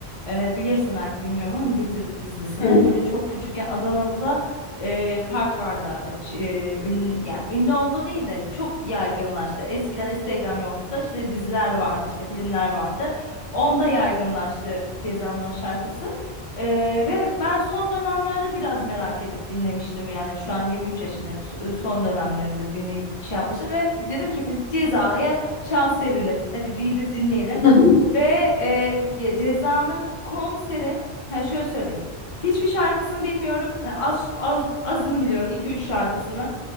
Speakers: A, on the left (about 30°); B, on the left (about 70°).
A: e, bilirsin belki bilmiyorum ama dizi dizisine
B: Hı.
A: böyle çok küçükken Adanalı'da e, Park Var'la ç- e, ünlü, yani ünlü oldu değil de çok yaygınlaştı. Eskiden Instagram yoktu da işte diziler vardı işte filmler vardı. Onda yaygınlaştı Ceza'nın o şarkısı. Ee, ve ben son dönemlerde biraz merak edip dinlemiştim yani şu an 23 yaşındayım S- son dönemlerimde dinleyip şey yapmıştım ve dedim ki bir Ceza'ya şans verilir hadi bir gidip dinleyelim
B: <laughs> Hı.
A: ve e, ya Ceza'nın konseri yani şöyle söyleyeyim hiçbir şarkısını bilmiyorum Yani az, az azını biliyorum iki üç şarkısını